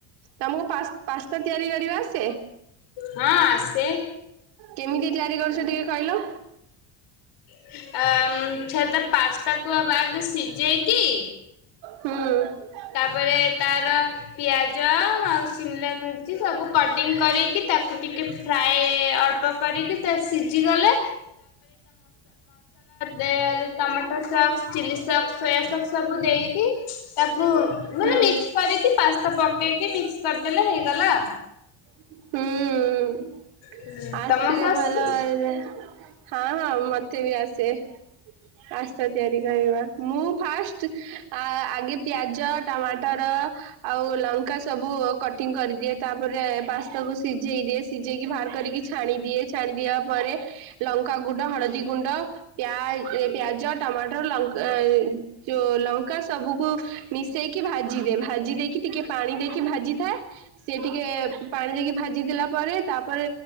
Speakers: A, on the right; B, on the left.
A: ତମକୁ ପା ପାସ୍ତା ତିଆରି କରିବା ଆସେ?
B: ହଁ ଆସେ।
A: କେମିତି ତିଆରି କରୁଛ ଟିକେ କହିଲ?
B: ଅ ଛେ ତ ପାସ୍ତାକୁ ଆଗ ସିଝେଇକି
A: ହୁଁ
B: ତାପରେ ତାର ପିଆଜ ଆଉ ସିମଲା ମିର୍ଚି ସବୁ କଟିଂ କରିକି ତାକୁ ଟିକିଏ ଫ୍ରାଏ ଅଳ୍ପ କରିକି ତା ସିଜି ଗଲେ ଦେ tomato sauce chilli sauce soya sauce ସବୁ ଦେଇକି ତାକୁ ମାନେ
A: ହୁଁ
B: ମିକ୍ସି କରିକି ପାସ୍ତା ପକେଇକି ମିକ୍ସି କରିଦେଲେ ହେଇଗଲା।
A: ହୁଁ।
B: ହୁଁ
A: ଆସେ
B: ତମକୁ ଆସୁଛି
A: ଭଲ ରେ ହଁ ହଁ ମତେ ବି ଆସେ। ଆସେ ତିଆରି କରିବା ମୁଁ ଫାଷ୍ଟ ଆଗେ ପିଆଜ ଟମାଟର ଆଉ ଲଙ୍କା ସବୁ କଟ୍ କଟିଂ କରିଦିଏ ତାପରେ ପାସ୍ତାକୁ ସିଝେଇ ଦିଏ ସିଜେଇକି ବାହାର କରିକି ଛାଣି ଦିଏ ଛାଣି ଦିବା ପରେ ଲଙ୍କାଗୁଣ୍ଡ ହଳଦୀ ଗୁଣ୍ଡ ପିଆ ଜ ଟମାଟର ଲଙ୍କା ଯୋଉ ଲଙ୍କା ସବୁକୁ ମିଶେଇକି ଭାଜି ଦେ ଭାଜି ଦେଇକି ଟିକେ ପାଣି ଦେଇକି ଭାଜିଥାଏ। ସିଏ ଟିକେ ପାଣି ଦେଇକି ଭାଜିଦେଲା ପରେ ତାପରେ